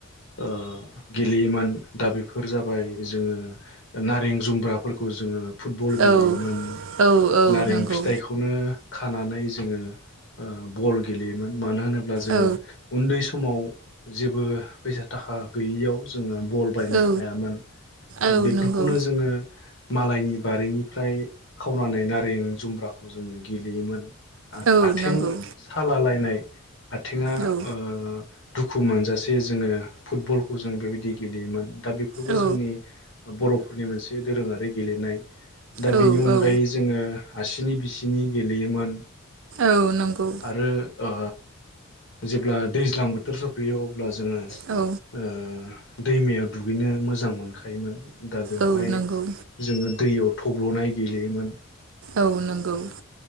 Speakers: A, on the left; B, on the right.
A: ओ गेलेयोमोन दा बेफोर जाबाय जोङो नारें जुमब्राफोरखौ जोङो फुटबल गेलेयोमोन
B: औ औ
A: नारें
B: नंगौ
A: फिथाइखौनो खानानै जोंङो ओ बल गेलेयोमोन मानो होनो अब्ला जोंङो
B: औ
A: उन्दै सम समाव जेबो फैसा थाखा गैयियाव जोंङो बल बायनो
B: औ
A: हायामोन
B: औ
A: बेफोरखौनो
B: नंगौ
A: जोङो मालायनि बारिनिफ्राय खावनानै नारें जुम्ब्राखौ जोङो गेलेयोमोन।
B: औ
A: आथिं
B: नंगौ
A: सालालायनाय आथिङा
B: औ
A: ओ दुखु मोनजासे जोङो फुटबलखौ जों बेबायदि गेलेयोमोन। दा बेफोरबो
B: औ
A: जोंनि बर'फोरनि मोनसे दोरोङारि गेलेनाय। दा
B: औ
A: बेनि अनगायै
B: औ
A: जोङो हारसिनि बिसिनि गेलेयोमोन।
B: औ नंगौ
A: आरो ओ जेब्ला दैज्लां बोथोर सफैयो अब्ला जोङो
B: औ
A: ओ दैमायाव दुगैनो मोजां मोनखो योमोन। दा बेवहाय
B: औ नंगौ
A: जोङो दैयाव थब्ल'नाय गेलेयोमोन। <inaudible>
B: औ नंगौ